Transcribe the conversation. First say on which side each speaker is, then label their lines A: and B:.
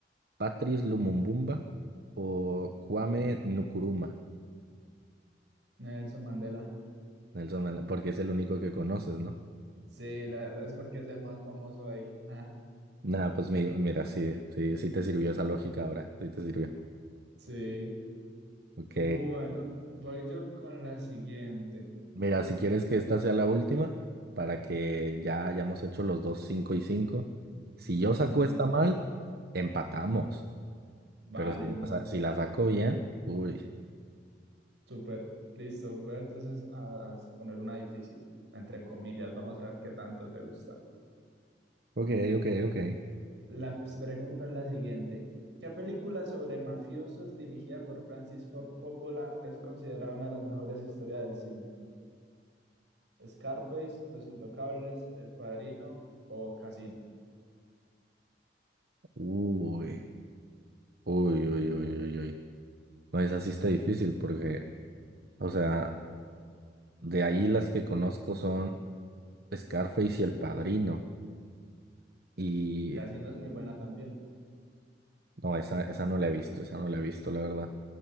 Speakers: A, on the right (about 60°); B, on the right (about 85°).
A: Patrice Lumumbumba o Kwame Nkrumah,
B: Nelson Mandela.
A: Nelson Mandela, porque es el único que conoces, ¿no?
B: Sí, la verdad es porque es el más famoso ahí. Ajá,
A: Nada, pues mi- mira, sí, sí, sí te sirvió esa lógica ahora, sí te sirvió.
B: sí.
A: Ok,
B: Bueno, voy yo con la siguiente.
A: mira, si quieres que esta sea la última, para que ya hayamos hecho los dos 5 y 5 si yo saco
B: Ujú.
A: esta mal, empatamos,
B: Vale.
A: pero si la, sa- si la saco bien, uy.
B: Súper, listo. Voy entonces a, a poner una difícil, entre comillas. Vamos a ver qué tanto te gusta.
A: Ok, ok, ok.
B: La s- pregunta es la siguiente. ¿Qué película sobre mafiosos dirigida por Francis Ford Coppola es considerada una de las mejores historias del cine? ¿Scarface, Los Intocables, El Padrino o Casino?
A: Uy, uy, uy, uy, uy, uy. No, esa sí está difícil porque, o sea... De ahí las que conozco son Scarface y El Padrino. Y
B: Casino es muy buena también.
A: no, esa, esa no la he visto, esa no la he visto, la verdad.